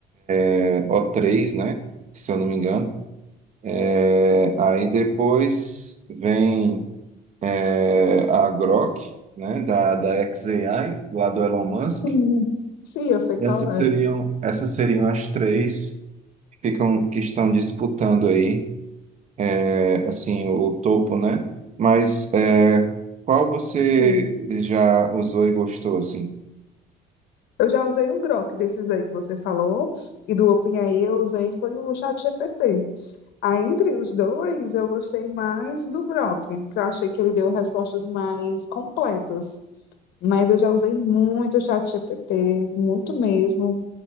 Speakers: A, on the right; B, on the left.
A: é, o três né? Se eu não me engano. É, aí depois vem. é, a Grok, né, da, da xAI, lá do Elon Musk.
B: Sim, Sim, eu sei qual
A: E essas
B: é.
A: seriam, essas seriam as três que, ficam, que estão disputando aí, é, assim, o topo, né? Mas é, qual você
B: Sim.
A: já usou e gostou, assim?
B: Eu já usei o Grok desses aí que você falou, e do OpenAI eu usei foi o ChatGPT. Aí, entre os dois, eu gostei mais do Grok, porque eu achei que ele deu respostas mais completas. Mas eu já usei muito o ChatGPT, muito mesmo,